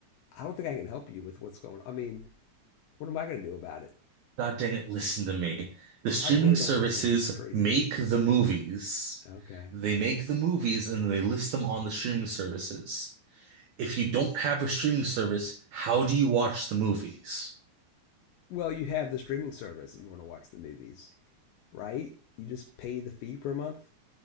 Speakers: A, on the left; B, on the right.
A: I don't think I can help you with what's going on. I mean, what am I going to do about it?
B: God dang it, listen to me. The streaming
A: I don't really
B: services
A: don't want to listen to this craziness.
B: make the movies.
A: Okay.
B: They make the movies and they list them on the streaming services. if you don't have a streaming service, how do you watch the movies?
A: Well, you have the streaming service if you want to watch the movies, right? You just pay the fee per month